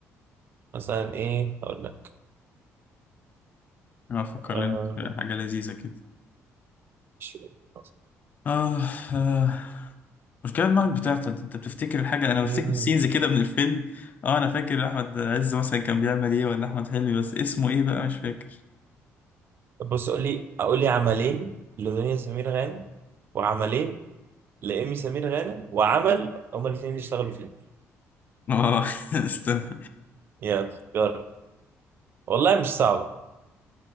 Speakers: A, on the right; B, on the left.
A: مثلا ايه اقول لك
B: افكر
A: آه
B: لنا في حاجه لذيذه كده
A: ماشي، قول لي مثلاً.
B: اه اه مشكلة دماغك بتعطل انت بتفتكر الحاجة انا بفتكر
A: مم.
B: سينز كده من الفيلم اه انا فاكر احمد عز مثلا كان بيعمل ايه ولا احمد حلمي بس اسمه ايه بقى مش فاكر
A: طب بص قول لي اقول لي عملين لدنيا سمير غانم وعملين لإيمي سمير غانم وعمل هما الاثنين اللي اشتغلوا فيه
B: اه <laughs> استنى
A: يلا جرب والله مش صعبة